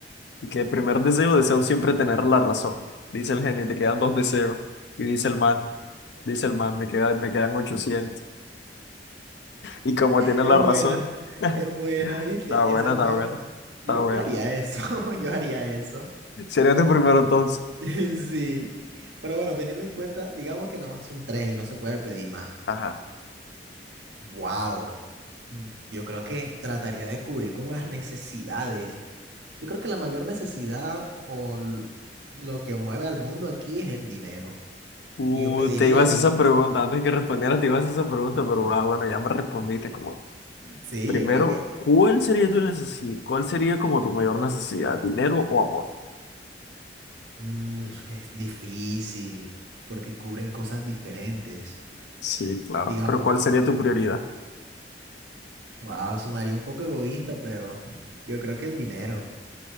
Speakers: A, on the left; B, on the right.
A: de- que el primer deseo, deseo siempre tener la razón. Dice el genio, te quedan dos deseos. Y dice el man, dice el man, me quedan, me quedan ochocientos Y como tiene
B: es
A: la
B: buena,
A: razón,
B: es buena,
A: está
B: ¿viste?
A: buena,
B: Esa es
A: está
B: buena.
A: buena, está
B: Yo,
A: buena.
B: yo haría eso, <laughs> yo haría eso.
A: Sería tu primero entonces.
B: <laughs> Sí. Pero bueno, teniendo en cuenta, digamos que nada más son tres y no se puede pedir más.
A: Ajá.
B: Wow. Yo creo que trataría de cubrir como las necesidades Yo creo que la mayor necesidad o l- lo que mueve al mundo aquí es el dinero.
A: Uh,
B: Así que yo pediría,
A: te ibas
B: din-
A: a hacer esa pregunta, antes que respondiera te ibas a hacer esa pregunta, pero ah, bueno, ya me respondiste como
B: sí,
A: Primero,
B: yo creo que
A: ¿cuál sería tu necesidad? ¿Cuál sería como tu mayor necesidad? ¿Dinero o amor?
B: mm, es difícil porque cubren cosas diferentes.
A: Sí, claro.
B: Digamos,
A: Pero ¿cuál sería tu prioridad?
B: wow, sonaría un poco egoísta, pero yo creo que el dinero.